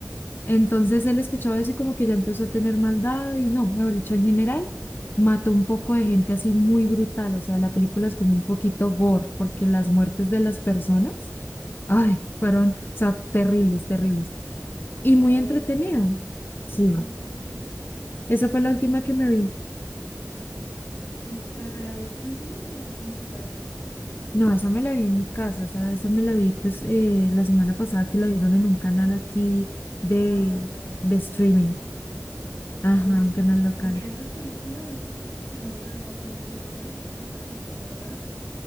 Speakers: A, on the left; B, on the left.
A: Entonces él escuchaba eso y como que ya empezó a tener maldad y no, mejor dicho, en general, mató un poco de gente así muy brutal, o sea, la película es como un poquito gore, porque las muertes de las personas Ay, fueron, o sea, terribles, terribles. Y
B: ¿De
A: muy
B: verdad?
A: entretenido. Sí,
B: Ay,
A: esa
B: uy,
A: fue la
B: qué
A: última
B: loco.
A: que me vi.
B: ¿Y t- pero te la viste en cine o te la viste en tu casa?
A: No, esa me la vi en mi casa, esa, esa me la vi pues eh, la semana pasada que la dieron en un canal aquí de,
B: Ah, verdad, verdad,
A: de
B: en
A: streaming.
B: un canal nacional.
A: Ajá,
B: Ay, sí,
A: un canal local.
B: porque esas películas hace tiempo que no veo, o sea, como que ya no las sacan tanto, ¿verdad?